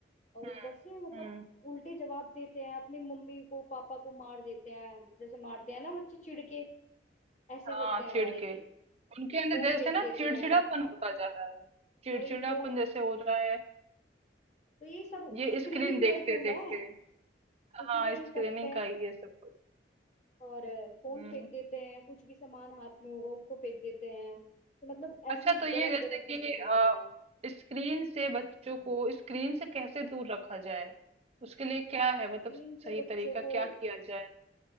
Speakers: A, on the left; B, on the right.
A: और
B: हुँ,
A: ऊपर से मतलब
B: हुँ,
A: उल्टे जवाब देते हैं अपनी मम्मी को पापा को मार देते हैं जैसे मारते हैं ना बच्चे चिढ़ के ऐसे
B: हाँ,
A: करते हैं
B: चिढ़
A: भाई
B: के। उनके अंदर
A: फोन
B: जैसे
A: फेंक
B: ना
A: देते
B: चिड़चिड़ापन
A: हैं
B: होता जा रहा है। चिड़चिड़ापन
A: वही फोन
B: जैसे हो रहा है,
A: तो ये सब
B: ये
A: स्क्रीनिंग
B: स्क्रीन देखते-देखते।
A: का ही तो है उसी
B: हाँ
A: का
B: स्क्रीनिंग
A: इम्पेक्ट है
B: का ही है सब कुछ
A: और फोन
B: हम्म
A: फेंक देते हैं कुछ भी सामान हाथ में होगा उसको फेंक देते हैं तो मतलब
B: अच्छा
A: ऐसी
B: तो ये
A: गलत
B: जैसे
A: गलत हरकतें
B: कि
A: कर
B: अ,
A: रहे हैं
B: स्क्रीन से बच्चों को स्क्रीन से कैसे दूर रखा जाए उसके लिए क्या है मतलब
A: स्क्रीन से
B: सही
A: बच्चों
B: तरीका
A: को
B: क्या किया जाए